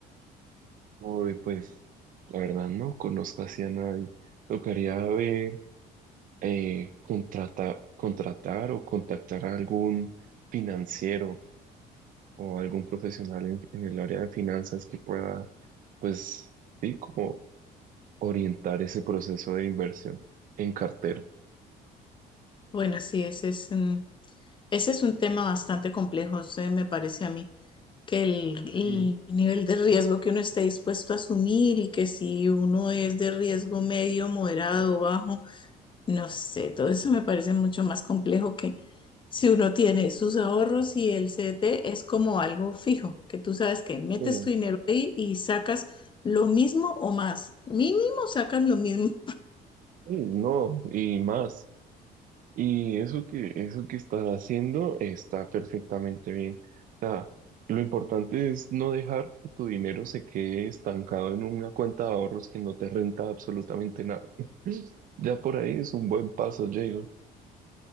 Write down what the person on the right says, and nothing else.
Hoy pues la verdad no conozco así a nadie. Tocaría ver. eh, contrata- contratar o contactar a algún financiero o algún profesional en, en el área de finanzas que pueda, pues, sí, como orientar ese proceso de inversión en cartera.
Mm,
sí,
sí, no, y más. Y eso que, eso que estás haciendo está perfectamente bien. O sea, lo importante es no dejar que tu dinero se quede estancado en una cuenta de ahorros que no te renta absolutamente nada. <laughs> Ya por ahí es un buen paso, Diego.